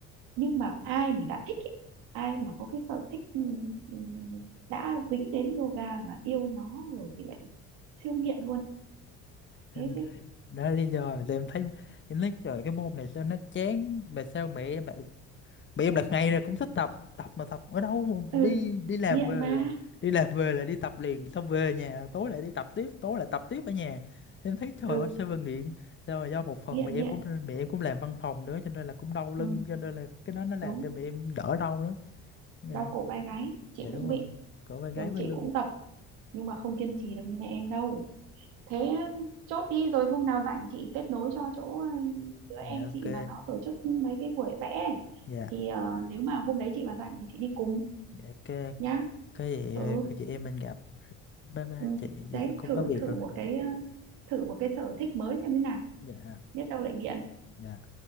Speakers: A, on the right (about 80°); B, on the left (about 35°).
A: nhưng mà ai mà đã thích ấy, ai mà có cái sở thích ừ, ừ, đã dính đến yoga mà yêu nó rồi thì lại siêu nghiện luôn
B: Em-
A: thế chứ
B: đó là lý do mà em thấy em nói trời cái môn này sao nó chán mà sao mẹ em lại mà em là ngày nào cũng thích tập tập mà tập ở đâu mà
A: ừ
B: đi đi làm
A: nghiện
B: về
A: mà
B: là đi làm về là đi tập liền xong về nhà tối lại đi tập tiếp tối lại tập tiếp ở nhà Thì em thấy trời
A: ừ
B: ơi sao mà nghiện sao mà do một phần
A: nghiện
B: mẹ em
A: nghiện
B: cũng mẹ em cũng làm văn phòng nữa cho nên là cũng đau lưng
A: ừ
B: cho nên là cái đó nó làm
A: đúng
B: cho mẹ em đỡ đau nữa dạ
A: đau cổ vai gáy chị
B: dạ đúng
A: cũng
B: rồi
A: bị
B: cổ vai gáy
A: rồi
B: với
A: chị
B: lưng
A: cũng tập nhưng mà không kiên trì được như mẹ em đâu thế chốt đi rồi hôm nào rảnh chị kết nối cho chỗ ừ, đứa
B: dạ
A: em
B: ok
A: chị mà nó tổ chức mấy cái buổi vẽ ấy.
B: dạ
A: thì ờ, nếu mà hôm đấy chị mà rảnh thì chị đi cùng
B: dạ ok
A: nhá
B: cái gì
A: ừ,
B: cái chị em mình gặp bye bye
A: ừ.
B: chị giờ
A: đấy
B: em cũng
A: thử
B: có việc
A: thử
B: rồi
A: một cái ờ, thử một cái sở thích mới xem thế nào
B: dạ
A: biết đâu lại nghiện
B: dạ